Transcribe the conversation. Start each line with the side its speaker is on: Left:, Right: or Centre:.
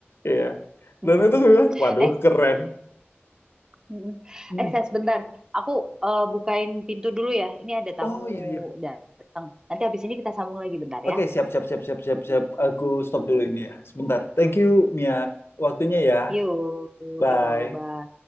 Left: Iya.
Right: Mm-mm.
Left: Dan itu gue bilang, waduh
Right: Eh,
Left: keren.
Right: Mm-mm.
Left: Hmm.
Right: Eh, saya sebentar. Aku eh, bukain pintu dulu ya. Ini ada tamu
Left: Oh iya iya.
Right: datang. Nanti habis ini kita sambung lagi bentar
Left: Oke,
Right: ya.
Left: siap, siap, siap, siap, siap, siap. Aku stop dulu ini ya. Sebentar. Thank you, Mia. Waktunya ya.
Right: Yuk,
Left: Bye.
Right: yuk, bye.